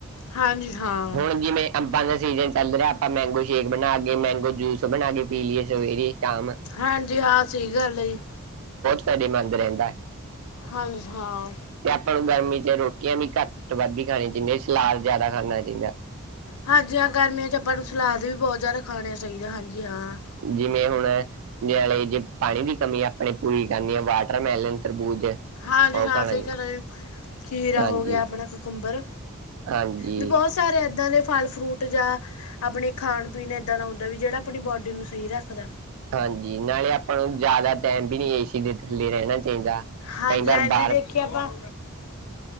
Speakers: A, on the left; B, on the right.
A: ਹਾਂਜੀ ਹਾਂ
B: ਹੁਣ, ਜਿਵੇਂ ਅੰਬਾਂ ਦਾ ਸੀਜ਼ਨ ਚੱਲ ਰਿਹਾ। ਆਪਾਂ ਬੇ- ਮੈਂਗੋ ਸ਼ੇਕ ਬਣਾ ਕੇ, ਮੈਂਗੋ ਜੂਸ ਬਣਾ ਕੇ ਪੀ ਲਈਏ ਸਵੇਰੇ। ਸ਼ਾਮ
A: ਹਾਂਜੀ, ਹਾਂ। ਸਹੀ ਗੱਲ ਜੀ।
B: ਸਾਡੇ ਮੰਦ ਰਹਿੰਦਾ ਏ।
A: ਹਾਂਜੀ, ਹਾਂ।
B: ਆਪਾਂ ਨੂੰ ਗਰਮੀ ਚ ਰੋਟੀਆਂ, ਵੀ ਘੱਟ- ਵੱਧ ਹੀ ਖਾਣੀਆਂ ਜਿਨੀ, ਸਲਾਦ ਜ਼ਿਆਦਾ ਖਾਣਾ ਚਾਹੀਦਾ।
A: ਹਾਜੀ ਗਰਮੀਆਂ ਚ ਆਪਾਂ ਨੂੰ ਸਲਾਦ ਵੀ ਬਹੁਤ ਜ਼ਿਆਦਾ ਖਾਣੇ ਚਾਹੀਦਾ ਹਾਂਜੀ ਹਾਂ,
B: ਜਿਵੇਂ ਹੁਣ ਨਾਲੇ ਜੇ ਪਾਣੀ ਦੀ ਕਮੀ ਆਪਣੇ ਪੂਰੀ ਕਰਨੀ ਹੈ ਵਾਟਰ ਮੈਲਨ ਤਰਬੂਜ ਉਹ
A: ਹਾਂਜੀ ਹਾਂ
B: ਖਾਣਾ
A: ਸਹੀ
B: ਜੀ
A: ਘਰ ਖੀਰਾ
B: ਹਾਂਜੀ
A: ਹੋ ਗਿਆ ਆਪਣਾ ਕਕੁੰਬਰ
B: ਹਾਂਜੀ
A: ਵੀ ਬਹੁਤ ਸਾਰੇ ਏਦਾਂ ਦੇ, ਫਲ ਫਰੂਟ ਜਾਂ ਆਪਣੇ ਖਾਣ ਪੀਣ ਐਦਾਂ ਦਾ ਹੁੰਦਾਂ ਵੀ ਜਿਹੜਾ ਆਪਣੀ ਬੋਡੀ ਨੂੰ ਸਹੀ ਰੱਖਦਾ।
B: ਹਾਂਜੀ ਨਾਲੇ ਆਪਾਂ ਨੂੰ ਜ਼ਿਆਦਾ ਟਾਈਮ ਵੀ ਨੀ ਏ ਸੀ ਦੇ ਥੱਲੇ ਰਹਿਣਾ ਚਾਹੀਦਾ।
A: ਹਾਂਜੀ-ਹਾਂਜੀ
B: ਕਈ ਵਾਰ ਬਾਹਰ
A: ਦੇਖੀਆ ਆਪਾਂ